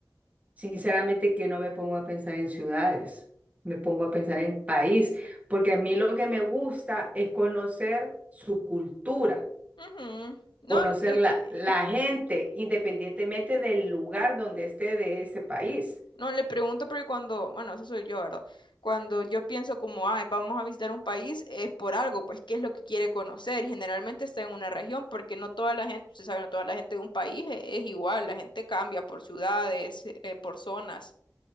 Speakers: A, on the right; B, on the left.
A: sinceramente que no me pongo a pensar en ciudades, me pongo a pensar en país, porque a mí lo que me gusta es conocer su cultura,
B: Ujú. No,
A: conocer
B: es, que, e,
A: la, la
B: e, e,
A: gente, independientemente del lugar donde esté de ese país.
B: No, le pregunto porque cuando, bueno, eso soy yo, ¿verdad? Cuando yo pienso como, ay, vamos a visitar un país, es por algo, pues, ¿qué es lo que quiere conocer? Y generalmente está en una región, porque no toda la gente, usted sabe, no toda la gente de un país e- es, igual, la gente cambia por ciudades, eh, por zonas.